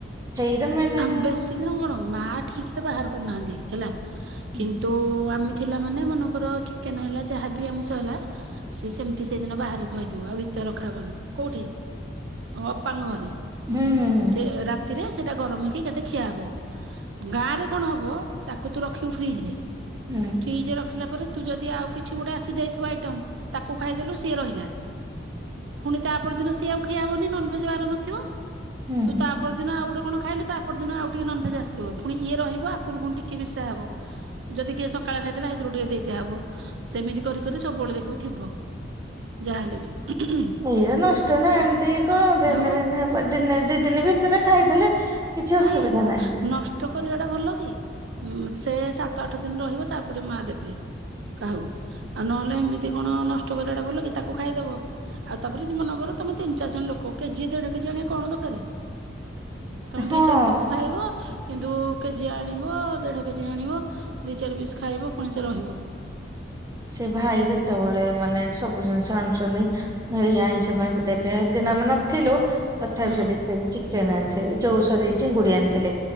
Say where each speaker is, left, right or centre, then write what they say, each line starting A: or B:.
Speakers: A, on the right; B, on the right.
A: ହେଇଟା ମାନେ
B: ଆମ
A: ହୁଁ
B: ବେଶୀ ଦିନ କଣ ମା ଠିକ ରେ ବାହାର କରୁନାହାନ୍ତି ହେଲା
A: ହୁଁ
B: କିନ୍ତୁ ଆମେ ଥିଲା ମାନେ ମନେକର ଚିକେନ ହେଲା ଯାହାବି ଆମିଷ ହେଲା ସିଏ ସେମିତି ସେଇଦିନ ବାହାରୁ ଥୁଆହେଇଥିବ ଆଉ ଭିତରେ ରଖା ହବନି କୋଉଠି? ଅପାଙ୍କ ଘରେ
A: ହୁଁ ହୁଁ
B: ସେ ରାତିରେ ସେଇଟା ଗରମ ହେଇକି କେତେ ଖିଆ ହବ ଗାଁ ରେ କଣ ହବ ତାକୁ ତୁ ରଖିବୁ ଫ୍ରିଜ ରେ
A: ହୁଁ।
B: ଫ୍ରିଜ ରଖିଲା ପରେ ତୁ ଯଦି ଆଉ କିଛି ଗୋଟେ ଆସି ଜାଇଥିବ ଆଇଟମ ତାକୁ ଖାଇଦେଲୁ ସିଏ ରହିଲା। ଫୁଣି ତାପରଦିନ ସିଏ ଆଉ ଖିଆହବନି ନନଭେଜ ବାର ନଥିବ
A: ହୁଁ।
B: ତା ପରଦିନ ଆଉ ଗୋଟେ ଫୁଣି ଖାଇଲୁ ତା ପର ଦଦିନ ଆଉ ଟିକେ ନନଭେଜ ଆସିବ ପୁଣି ଇଏ ରହିବ ଆଗରୁ ପୁଣି ଟିକେ ମିଶା ହବ। ଯଦି କିଏ ସକାଳେ ଖାଇଦେଲେ ସେଇଥିରୁ ଟିକେ ଦେଇଦିଆହବ ସେମିତି କରିି କରି ସବୁବେଳେ ଦେଖିବୁ ଥିବ। ଯାହାହଲେ ବି
A: ଏଇରେ ନଷ୍ଟ ନା ଏମିତି କଣ ଦିନେ
B: ଆଉ
A: ଦି ଦିନି ଦିନେ ଦିନେ ଦି ଦିନେ ଭିତରେ ଖାଇଦେଲେ କିଛି
B: ନାଇଁ
A: ଅସୁବିଧା
B: ନ
A: ନାହିଁ
B: ଟ କରିବା ଟା ଭଲ କି ସେ ସାତ ଆଠ ଦିନ ରହିବ ତାପରେ ମା ଦେବେ। କାହାକୁ ଆଉ ନହେଲେ ଏମିତି କଣ ନଷ୍ଟ କରିବାଟା ଭଲ କି ତାକୁ ଖାଇଦବ। ଆଉ ତାପରେ ଯଦି ମନକର ତମେ ତିନ ଚାର ଜଣ ଲୋକ କେଜି ଦେଢ କେଜି ଆଣିବା କଣ ଦକରେ? ତମେ
A: ହଁ
B: ଦି ଚାରି ପିସ୍ ଖାଇବ କିନ୍ତୁ କେଜି ଆଣିବ ଦେଢ କେଜି ଆଣିବ। ଦୀ ଚାରି ପିସ୍ ଖାଇବ ପୁଣି ସେ ରହିବ।
A: ସେ ଭାଇ ଯେତେବେଳେ ମାନେ ସବୁ ଜିନିଷ ଆଣୁଛନ୍ତି ଏଇ ଆଇଁଷ ଫଇଁଷ ଦେଖେଇ ଦିନ ଆମେ ନଥିଲୁ ତଥାପି
B: ହଁ
A: ସେ ଦେଖେ ଚିକେନ ଆଣିଥିଲେ ଯୋଉ ସରି ଚିଙ୍ଗୁଡି ଆଣିଥିଲେ।